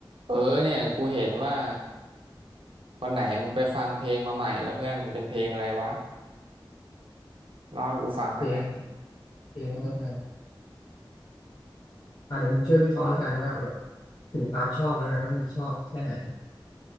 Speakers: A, on the right; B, on the left.
A: เออเนี่ยกูเห็นว่าวันไหนมึงไปฟังเพลงมาใหม่แล้วเพื่อนเป็นเพลงอะไรวะเล่าให้กูฟังได้ไหม
B: เพลงเพลงนั่นนะอ่าเดี๋ยวมึงช่วยวิเคราะห์แล้วกันว่าแบบถึงความชอบแล้วกันว่ามึงชอบแค่ไหน